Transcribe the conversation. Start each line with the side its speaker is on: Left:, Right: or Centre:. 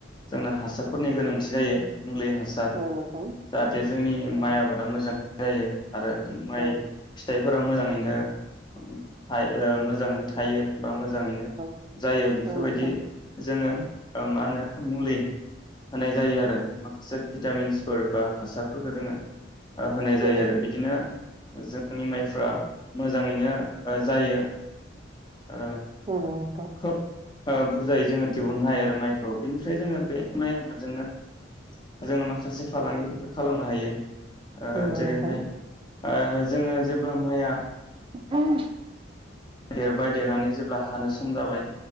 Left: जोंना हासारफोरनि गोनांथि जायो। मुलै हासार
Right: औ नोंथां
Left: जाहाथे जोंनि
Right: औ
Left: माइ आबादा मोजां। जायो। आरो माइब
Right: औ
Left: फिथाइफोरा मोजाङैनो । थाय ओ मोजाङैनो थायो बा मोज जाङैनो
Right: औ
Left: जायो बेफोरबायदि
Right: औ नोंथां
Left: जोङो ओ मा होनो मुलै होनाय जायो आरो माखासे भिटामिन्सफोर बा हासारफोरखो जोङो। ओ होनाय जायो
Right: नंगौ
Left: आरो बिदिनो जोंनि माइफ्रा मोजाङैनो जायो ओ
Right: औ
Left: खोब ओ बुरजायै जोङो दिहुननो हायो आरो माइखौ बेनिफ्राय जोङो बे माइ आबादजोंनो जोङो माखासे फालांगिफोर बो खालामनो हायो। ओ
Right: नंगौ
Left: जेरैहाय
Right: नोंथां
Left: ओ जोङो जेब्ला माइया
Right: <unintelligible>
Left: देरबाय देरनानै जेब्ला हानो सान सम जाबाय